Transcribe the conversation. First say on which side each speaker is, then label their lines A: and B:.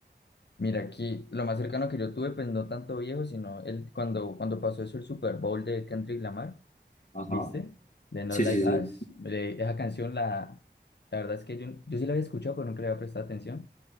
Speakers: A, on the left; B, on the left.
A: Mira, aquí lo más cercano que yo tuve, pues no tanto viejo, sino el, cuando, cuando pasó eso el Super Bowl de Kendrick Lamar,
B: Ajá.
A: ¿viste? De No
B: Sí,
A: Like
B: sí, sí.
A: Us. de- esa canción, la, la verdad es que yo, yo sí la había escuchado, pero nunca le había prestado atención.